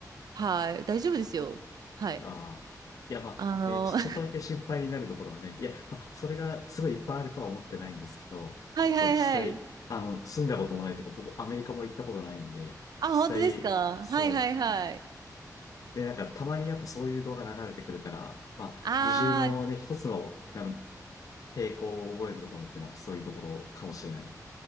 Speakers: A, on the right; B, on the left.
A: はい、大丈夫ですよ。はい。
B: ああ。いや、まあ、
A: あの、
B: ね、ちょ、
A: <laughs>
B: ちょっとだけ心配になるところはね、いや、まあ、それがすごいいっぱいあるとは思ってないんですけど、
A: はいはいはい。
B: そう、実際、あの、住んだこともないというか、僕、アメリカも行ったことないんで、
A: あ、
B: 実際、
A: 本当ですかはいはいはい。
B: そう、で、なんかたまにやっぱそういう動画流れてくるから、まあ、
A: あー、
B: 二重のね、一つの、なんか抵抗を覚えるところってのはやっぱそういうところかもしれない